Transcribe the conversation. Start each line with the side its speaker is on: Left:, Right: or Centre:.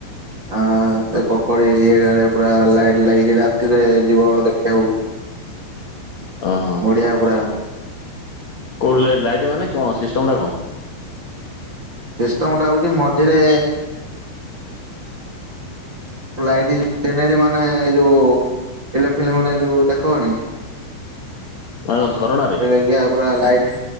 Right: ଆ ସେ ପୋଖରୀ ଇରେ ପୁରା ଲାଇଟ ଲାଗିଛି ରାତିରେ ଯିବ ଦେଖିବାକୁ।
Left: ଓହୋ
Right: ନଡିଆ କୁଡା।
Left: କୋଉଠି ଲ ଲାଇଟ୍ ମାନେ। କଣ ସିଷ୍ଟମ ଟା କଣ?
Right: ସିଷ୍ଟମ ଟା ହଉଛି ମଝିରେ ଲାଇଟ ସିନେରୀ ମାନେ ଏ ଯୋଉ ଫିଲ୍ମ ଫିଲ୍ମ ରେ ଯୋଉ ଦେଖଉନି।
Left: ମାନେ <inaudible> ଝରଣାାରେ।
Right: ତେବେଗିଆ ପୁରା ଲାଇଟ